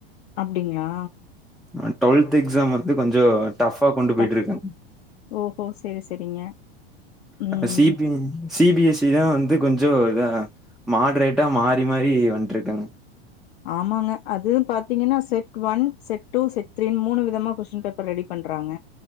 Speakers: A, on the left; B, in the centre.
A: அப்டிங்ளா
B: ஆ டொல்த் எக்ஸாம் வந்து கொஞ்சோ டஃப்ஃபா கொண்டு போய்ட்ருக்காங்
A: டஃப் ஓஹோ சேரி சேரிங்க ம்
B: அந்த சி பி எம்மே சி பி எஸ் சி தா வந்து கொஞ்சோ இதா மாட்ரேட்டா மாறி மாறி வந்ட்ருக்காங்க
A: ஆமாங்க அதுவு பாத்தீங்கன்னா set one set two set த்ரின் மூணு விதமா கொஸ்டின் பேப்பர் ரெடி பண்றாங்க